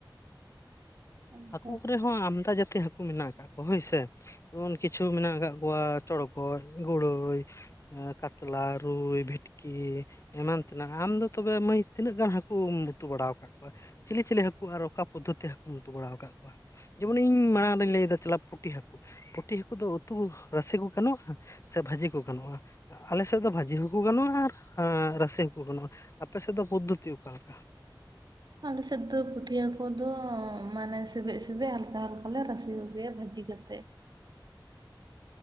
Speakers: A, on the right; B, on the left.
A: ᱚᱱᱠᱟ
B: ᱦᱟᱹᱠᱩ ᱠᱚᱨᱮ ᱦᱚᱸ ᱟᱢᱫᱟ ᱡᱟᱛᱤ ᱦᱟᱹᱠᱩ ᱢᱮᱱᱟᱜ ᱟᱠᱟᱫ ᱠᱚ ᱦᱳᱭᱥᱮ ᱡᱮᱢᱚᱱ ᱠᱤᱪᱷᱩ ᱢᱮᱱᱟᱜ ᱟᱠᱟᱫ ᱠᱚᱣᱟ ᱪᱚᱲᱠᱚᱚᱡ ᱜᱲᱟᱹᱭ ᱠᱟᱛᱞᱟ ᱨᱩᱭ ᱵᱷᱤᱴᱠᱤ ᱮᱢᱟᱱ ᱛᱮᱱᱟᱜ ᱟᱢ ᱫᱚ ᱛᱚᱵᱮ ᱢᱟᱹᱭ ᱛᱤᱱᱟᱹᱜ ᱜᱟᱱ ᱦᱟᱹᱠᱩᱢ ᱩᱛᱩ ᱵᱟᱲᱟ ᱟᱠᱟᱫ ᱠᱚᱣᱟ? ᱪᱤᱞᱤ ᱪᱤᱞᱤ ᱦᱟᱹᱠᱩ ᱟᱨ ᱚᱠᱟ ᱯᱚᱫᱽᱫᱷᱚᱛᱤ ᱦᱟᱹᱠᱩᱢ ᱩᱛᱩ ᱵᱟᱲᱟ ᱟᱠᱟᱫ ᱠᱚᱣᱟ? ᱡᱮᱢᱚᱱ ᱤᱧ ᱢᱟᱲᱟᱝ ᱨᱮᱧ ᱞᱟᱹᱭᱮᱫ ᱪᱟᱞᱟ ᱯᱩᱴᱤ ᱦᱟᱹᱠᱩ, ᱯᱩᱴᱷᱤ ᱦᱟᱹᱠᱩ ᱫᱚ ᱩᱛᱩ ᱨᱟᱥᱮ ᱠᱚ ᱜᱟᱱᱚᱜᱼᱟ ᱥᱮ ᱵᱷᱟᱹᱡᱤ ᱠᱚ ᱜᱟᱱᱚᱜᱼᱟ, ᱟᱞᱮᱮᱥᱮᱫ ᱫᱚ ᱵᱷᱟᱹᱡᱤ ᱦᱚᱸᱠᱩ ᱜᱟᱱᱚᱜᱼᱟ ᱟᱨ ᱨᱟᱥᱮ ᱦᱚᱸᱠᱚ ᱜᱟᱱᱚᱜᱼᱟ ᱟᱯᱮᱮᱥᱮᱫ ᱫᱚ ᱯᱚᱫᱽᱫᱷᱚᱛᱤ ᱚᱠᱟᱞᱮᱠᱟ?
A: ᱟᱞᱮᱥᱮᱫ ᱫᱚ ᱯᱟᱹᱴᱤᱭᱟᱹ ᱠᱚᱫᱚ ᱢᱟᱱᱮ ᱥᱮᱵᱮ ᱥᱮᱵᱮᱡ ᱦᱟᱞᱠᱟ ᱦᱟᱞᱠᱟ ᱞᱮᱮ ᱨᱟᱥᱮ ᱟᱜᱩᱭᱟ ᱵᱷᱤ ᱤᱫᱤ ᱠᱟᱛᱮ